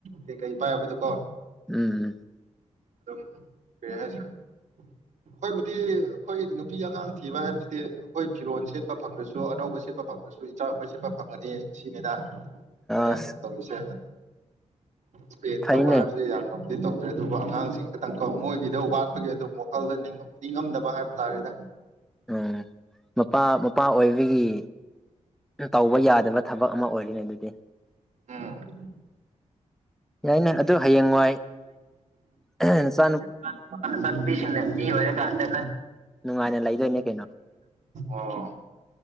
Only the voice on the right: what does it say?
ꯀꯩ ꯀꯩ ꯄꯥꯏ ꯀꯣ
ꯑꯗꯨꯝ ꯀꯔꯤ ꯍꯥꯏꯁꯤꯔꯦ ꯑꯩꯈꯣꯏꯕꯨꯗꯤ ꯑꯩꯈꯣꯏ ꯅꯨꯄꯤ ꯑꯉꯥꯡ ꯊꯤꯕ ꯍꯥꯏꯕꯁꯤꯗꯤ ꯑꯩꯈꯣꯏ ꯐꯤꯔꯣꯜ ꯁꯦꯠꯄ ꯐꯪꯗ꯭ꯔꯁꯨ ꯑꯅꯧꯕ ꯁꯦꯠꯄ ꯐꯪꯗ꯭ꯔꯁꯨ ꯏꯆꯥꯄꯣꯏ ꯁꯦꯠꯄ ꯐꯪꯉꯅꯤ ꯁꯤꯅꯤꯅ ꯑꯩꯈꯣꯏꯅ
ꯇꯧꯔꯤꯁꯦ <unintelligible>
ꯇꯧꯕ ꯍꯥꯏꯕꯁꯦ ꯌꯥꯝꯅ ꯇꯧꯗ꯭ꯔꯦ ꯑꯗꯨꯕꯨ ꯑꯉꯥꯡꯁꯤꯡ ꯈꯇꯪ ꯀ ꯃꯣꯏꯒꯤꯗ ꯋꯥꯠꯄꯒꯤ ꯑꯗꯨꯝ ꯋꯥꯈꯜꯗ ꯅꯤꯡꯉꯝꯗꯕ ꯍꯥꯏꯕ ꯇꯥꯔꯦꯗ
ꯎꯝ
ꯅꯆꯥ ꯅꯨꯄꯥ ꯅꯆꯥ ꯅꯨꯄꯤꯁꯤꯡꯅ ꯃꯤ ꯑꯣꯏꯔꯛꯀꯥꯟꯗ
ꯑꯣ